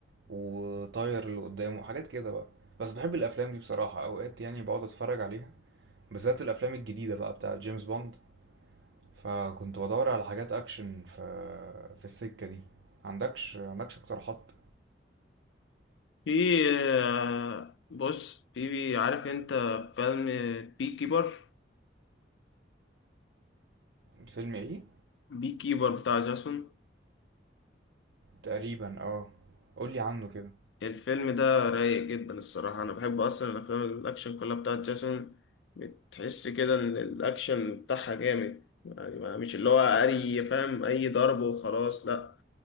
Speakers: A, on the right; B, on the left.
A: وطاير اللي قدامه وحاجات كده بقى بس بحب الافلام دي بصراحة اوقات يعني بقعد اتفرج عليها بالذات الافلام الجديدة بقى بتاعة جيمس بوند فكنت بدور على حاجات اكشن في في السكة دي عندكش عندكش اقتراحات
B: في آه، بص في عارف انت فيلم بي كيبر
A: فيلم ايه
B: بي كيبر بتاع جاسون
A: تقريبا اه قولي عنه كده
B: الفيلم ده رايق جدا الصراحة أنا بحب أصلا الأفلام الأكشن كلها بتاعت جاسون بتحس كده إن الأكشن بتاعها جامد يعني ما- مش اللي هو أي فاهم أي ضرب وخلاص لأ